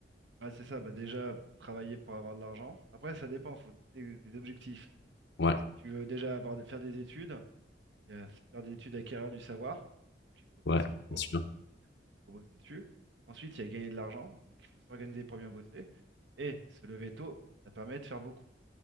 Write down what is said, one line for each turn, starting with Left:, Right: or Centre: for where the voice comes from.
Right: Ouais, c'est ça, bah déjà, travailler pour avoir de l'argent. Après, ça dépend, faut te fixer des objectifs.
Left: Ouais.
Right: Tu veux déjà avoir, faire des études, Il y a faire des études, acquérir du savoir. Donc il faut faire
Left: Ouais,
Right: ce qu'il faut,
Left: bien sûr.
Right: il faut bosser dessus. Ensuite, il y a gagner de l'argent. Donc il faut s'organiser pour bien bosser. Et se lever tôt, ça permet de faire beaucoup.